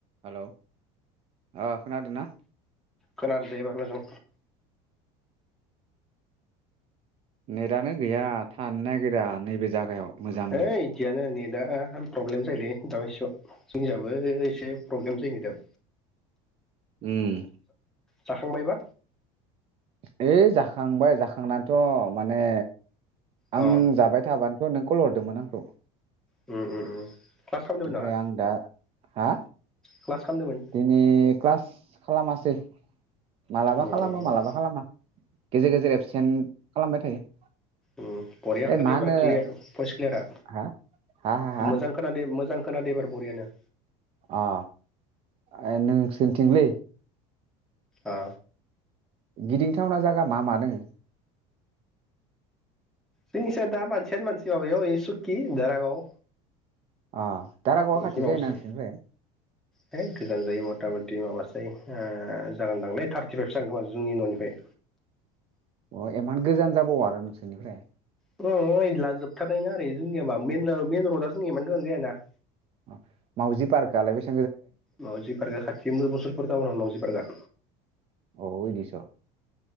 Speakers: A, on the right; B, in the centre.
A: Hello ओ खोनादोना?
B: खोनादों दे एबार मोजां।
A: नेट दानो गैया थानो नागिरा नैबे जागायाव। मोजांनो
B: है इदियानो नेट दा प्रब्लेम जायोलै दा बायसायाव जोंजाबो एसे प्रब्लेम जायो दा।
A: उम
B: जाखांबायबा?
A: ओइ जाखांबाय जाखांनानथ' माने
B: अ
A: आं जाबाय थाबा थ' नों कल हरदोंमोन आंखौ।
B: उम उम उम क्लास खालामदोंमोन
A: ओमफ्राय
B: नामा
A: आं दा हा
B: क्लास खालामदोंमोन
A: दिनि क्लास खालामासै। मालाबा
B: उम
A: खालामो
B: उम
A: मालाबा खालामा गेजेर गेजेर एबसेन्ट खालामबाय थायो।
B: ओम बरिया खोनादो
A: ओइ मा
B: एबार
A: होनो
B: क्लिया फस क्लियारा
A: हा हा हा हा
B: मोजां खोनादो मोजां खोनादों इबार बरियानो।
A: आ ओ नोंसोनथिंलै
B: आ
A: गिदिंथावना जायगा मा मा दोङो?
B: जोंनि साइद दा मानसियानो मानसि माबायाव ओइ सुकि दारागाव
A: आ दारागावा
B: एखि
A: खाथि
B: माबासो
A: जायो ना नोंसोरनिफ्राय?
B: है गोजान जायो मथा मथि माबासो ओ जागोनदांलै थार्टिफाइभसो जोंनि न'निफ्राय।
A: अ इमान गोजान जाबावो आरो नोंसोरनिफ्राय
B: अ ओइला जोबथारनाय ना जोंनिया मा मेन ओ मेन रडा जोंनिया इमान गोजान जायाना
A: अ मावजि पार्कालाय बेस
B: मावजि पार्कगा खाथि मुसलपुर तावनाव मावजि पार्कआ
A: अ इदिस'